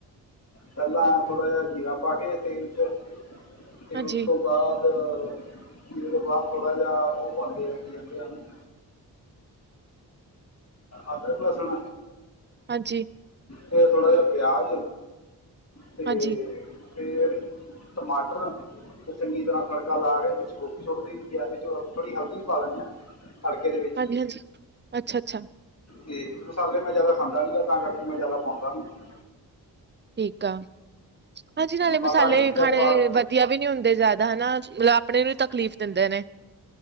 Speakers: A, on the left (about 35°); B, on the right (about 25°).
A: ਪਹਿਲਾਂ ਥੋੜ੍ਹਾ ਜਿਹਾ ਜੀਰਾ ਪਾ ਕੇ ਤੇਲ ਚ ਤੇ
B: ਹਾਂਜੀ-ਹਾਂਜੀ,
A: ਉਸ ਤੋਂ। ਬਾਅਦ ਜੀਰੇ ਤੋਂ ਬਾਅਦ ਥੋੜ੍ਹਾ ਜਿਹਾ ਉਹ ਪਾਉਂਦੇ ਆ ਕੀ ਕਹਿੰਦੇ ਉਹਨੂੰ। ਅਦਰਕ ਲਸਣ।
B: ਹਾਂਜੀ
A: ਤੇ ਥੋੜਾ ਜਿਹਾ ਪਿਆਜ ਤੇ।
B: ਹਾਂਜੀ-ਹਾਂਜੀ,
A: ਫਿਰ ਟਮਾਟਰ ਉਹ ਚੰਗੀ ਤਰ੍ਹਾਂ ਤੜਕਾ ਲਾ ਕੇ ਵਿੱਚ ਗੋਭੀ। ਸੁੱਟਦੀ ਆ ਵਿੱਚ ਥੋੜੀ ਹਲਦੀ ਪਾ ਲੈਂਦੇ ਹਾਂ। ਤੜਕੇ ਦੇ ਵਿੱਚ
B: ਹਾਂਜੀ,
A: ਹੀ
B: ਹਾਂਜੀ ਅੱਛਾ, ਅੱਛਾ।
A: ਤੇ ਮਸਾਲੇ ਮੈਂ ਜਿਆਦਾ ਖਾਂਦਾ ਨੀਗਾ ਤਾਂ ਕਰਕੇ ਮੈਂ ਜਿਆਦਾ ਪਾਉਂਦਾ ਨਹੀ।
B: ਠੀਕ ਆ, ਹਾਂਜੀ ਨਾਲੇ
A: ਬਸ
B: ਮਸਾਲੇ
A: ਆਹੀ ਚੀਜ਼ਾਂ
B: ਖਾਣੇ।
A: ਪਾ ਕੇ
B: ਵਧੀਆ ਵੀ ਨਹੀਂ ਹੁੰਦੇ ਜ਼ਿਆਦਾ ਹਨਾ ਮਤਲਬ ਆਪਣੇ ਨੂੰ ਤਕਲੀਫ਼ ਦਿੰਦੇ ਨੇ।